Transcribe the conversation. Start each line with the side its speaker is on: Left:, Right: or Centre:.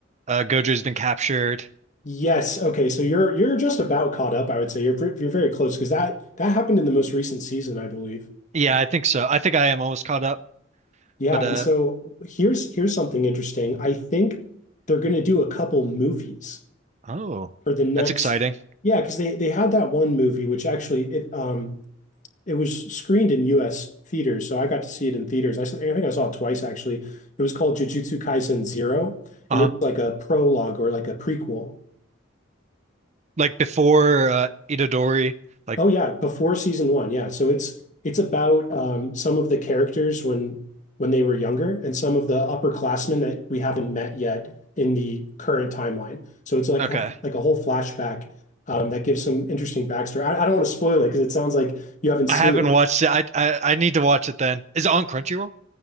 Right: Uh Gojo's been captured.
Left: yes, okay. So you're you're just about caught up, I would say. You're ver- you're very close because that that happened in the most recent season, I believe.
Right: Yeah, I think so. I think I am almost caught up,
Left: Yeah,
Right: but uh
Left: and so here's here's something interesting. I think they're going to do a couple movies
Right: oh,
Left: for the next.
Right: that's exciting.
Left: Yeah, because they they had that one movie which actually it um it was screened in U.S. theaters, so I got to see it in theaters. I, s- I think I saw it twice actually. It was called Jujutsu Kaisen Zero,
Right: Uh-huh.
Left: and it was like a prologue or like a prequel.
Right: Like before uh Itadori, like
Left: Oh yeah, before season one, yeah. So it's it's about um, some of the characters when when they were younger and some of the upperclassmen that we haven't met yet in the current timeline. So it's like
Right: okay.
Left: have, like a whole flashback um, that gives some interesting backstory. I, I don't want to spoil it because it sounds like you haven't seen
Right: I haven't
Left: it,
Right: watched it. I I, I need to watch it then. Is it on Crunchyroll?